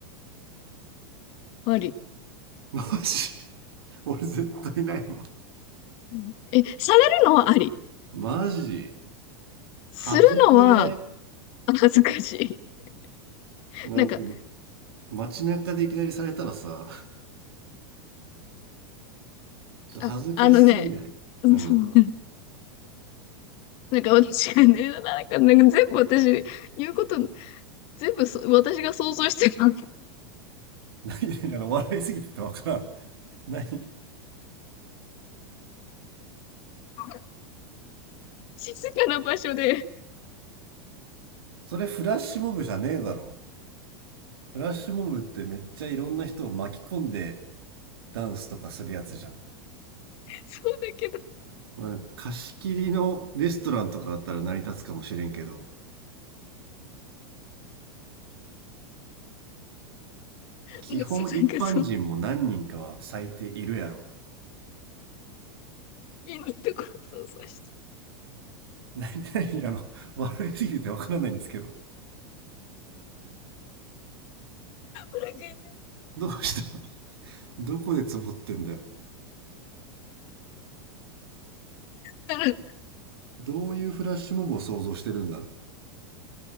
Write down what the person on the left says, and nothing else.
あり。
うん。え、されるのはあり。
するのは
恥ずかしい。<laughs>
なんか、
あ、あのね、<laughs> うんそうなんか私がね、なんか、なんか全部私、言うこと、全部そ私が想像してた。
<laughs> 静かな場所で、
そうだけど、
うんそうなんかその、いいところ想像して、
お腹痛い
たら、